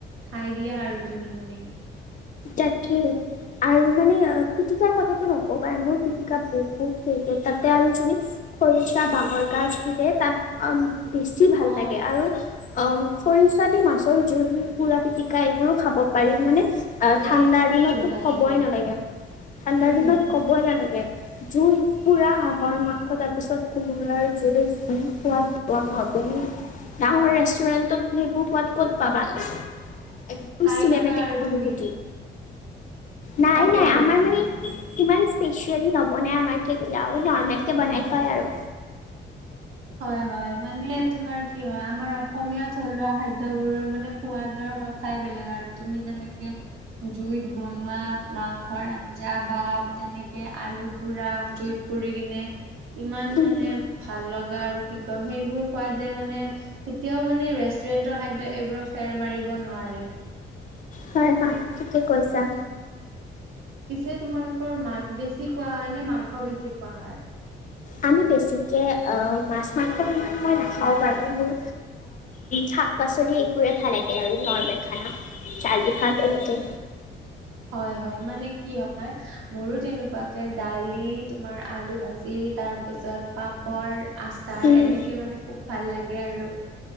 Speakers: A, on the right; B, on the left.
A: খাই দিয়া আৰু তুমি মানে।
B: তাকেই আৰু মানে পিটিকাৰ কথাটো নকবা মোক পিটিকা বহুত থে তাতে আৰু যদি খৰিচা বাঁহৰ গাজ থাকে তাত বেছি ভাল
A: অ
B: লাগে আৰু অ খৰিচা দি মাছৰ জোল পুৰা পিতিকা এইবোৰো খাব পাৰি মানে অ ঠাণ্ডাৰ
A: এ খুব
B: দিনততো
A: ধুনীয়া
B: কবই
A: লাগে
B: নালাগে ঠাণ্ডাৰ
A: উম
B: দিনত ক'বই নালাগে জোই পুৰা হাঁহৰ মাংস তাৰপিছত কোমোৰাৰ জোল জি সোৱাদ বনায় ডাঙৰ ৰেষ্টুৰেন্টত সেইবোৰ সোৱাদ ক'ত পাবা ন একদম
A: খাই
B: চিনেমেটিক
A: থাকা আৰু তুমি
B: অনুভূতি নাই
A: তাকেতো।
B: নাই আমাৰ মানে ইমান স্পেচিয়েলি নবনাই আমাৰ কেতিয়াও নৰ্মেল কে বনাই খোৱাই আৰু
A: হয় হয় মানে তোমাৰ কি হয় আমাৰ অসমীয়া থলুৱা খাদ্যবোৰৰ মানে সোৱাদৰ কথা ঠাই বেলেগ আৰু তুমি যেনেকে জুইত বনোৱা মাংসৰ আঞ্জা বা তেনেকে আলু পোৰা জুইত পুৰি কিনে ইমান
B: উম,
A: মানে ভাল লগা আৰু কি কম সেইবোৰ সোৱাদে মানে কেতিয়াও মানে ৰেষ্টুৰেন্টৰ খাদ্য এইবোৰক ফেৰ মাৰিব নোৱাৰে
B: হয় হয় ঠিকে কৈছা
A: পিছে তোমালোকৰ মাছ বেছি খোৱা হয় নে মাংস বেছি খোৱা হয়
B: আমি বেছিকৈ মাছ মাংস ইমান মই নাখাওঁ বাৰু মোৰ শাক পাচলি এইবোৰে ভাল লাগে আৰু নৰ্মেল খানা দালি ভাত এনেকে
A: হয় হয় মানে কি হয় হয় মোৰো তেনেকুৱাকে দালি তোমাৰ আলু ভাজি তাৰ পিছত পাপ পৰ আচাৰ
B: উম,
A: এনেকে মানে খুব ভাল লাগে আৰু